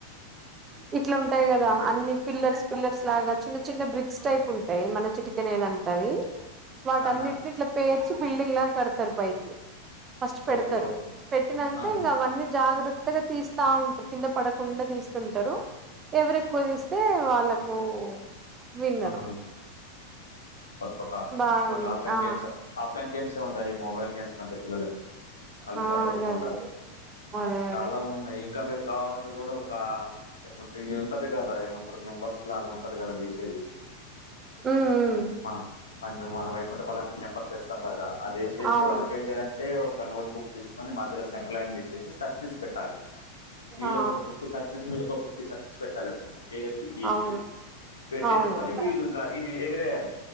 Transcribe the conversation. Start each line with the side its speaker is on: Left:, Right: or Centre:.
Right: ఇట్లా ఉంటాయి కదా
Left: పెట్
Right: అన్ని పిల్లర్స్ పిల్లర్స్ లాగా చిన్న చిన్న బ్రిక్స్ టైప్ ఉంటాయి మన చిటికనేల్లంతవి వాటిన్నింటిని
Left: ఆహా
Right: ఇట్లా పేర్చి బిల్డింగ్ లా కడతారు పైకి ఫస్ట్ పెడతారు
Left: ఓకే ఓకే
Right: పెట్టినాక
Left: ఆహా
Right: ఇంకా అవన్నీ జాగ్రత్త త్తగా తీస్తా ఉంటారు కింద పడకుండా తీస్తుంటారు ఎవరు ఎక్కువ తీస్తే వాళ్ళకు విన్నరు
Left: ఆహా పక్ పక్క
Right: బాగుంది
Left: ఫోన్ లో ఆఫ్లైన్
Right: ఆ
Left: గేమ్స్ ఆఫ్లైన్ గేమ్స్ ఏ ఉండాల మొబైల్ గేమ్స్ కంటె పిల్లల కి కల్లు
Right: ఆ
Left: పాడవకుండా
Right: అదే అదే అదే
Left: చాలా
Right: అదే
Left: ఉన్నాయి ఇంకా మీరు కావాల్స గుడా ఒక ఏమంటారు ఇ ఉంటది కదా ఏమంటారు మెంబర్స్ లాగా ఉంటది కదా వేసేది
Right: హ్మ్
Left: మా మ మన వైకుంఠ పాలెం అప్పుడు నంబర్స్ చేస్తాం కదా అదిసేసి
Right: అవును
Left: వాళ్ళకి ఏం చేయాలండి తే ఒక నోట్ బుక్ తీసుకొని మధ్యలో సెంట్రలైన్ జేసేసి సర్కిల్స్ పెట్టాలె వీళ్ళకి
Right: ఆ
Left: ఒక ఫిఫ్టీ సర్పెస్ వీళ్ళ ఒక ఫిఫ్టీ సర్సెస్ పెట్టాలి ఒక ప్లేయర్ కి ఈకి
Right: అవును
Left: పెట్టేసుకొని
Right: అవును
Left: వీళ్ళు ఇంకా ఇది ఎగరేయాలి